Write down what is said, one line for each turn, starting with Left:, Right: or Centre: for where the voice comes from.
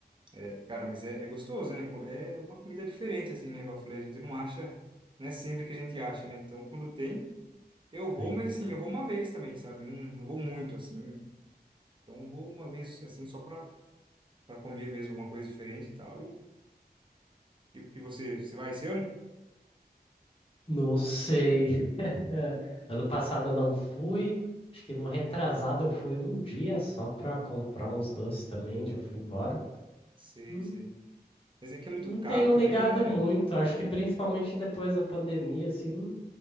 Right: É, cara, mas é, é gostoso, né? Co- É uma comida diferente, assim, né? Igual eu falei, a gente não acha, não é sempre que a gente acha, né? Então, quando tem, eu vou,
Left: sim.
Right: mas assim, eu vou uma vez também, sabe? Eu Não, não vou muito, assim. Então, eu vou uma vez, assim, só pra, pra comer mesmo alguma coisa diferente e tal. E, e, e você, você vai esse ano?
Left: Não sei. <laughs> É, Ano passado eu não fui. Acho que no retrasado eu fui um dia só para comprar uns doces também, já fui embora.
Right: Sei,
Left: Hum,
Right: sei. Mas é que é muito
Left: Não
Right: caro
Left: tenho
Right: também,
Left: ligado
Right: né?
Left: muito, acho que principalmente depois da pandemia, assim,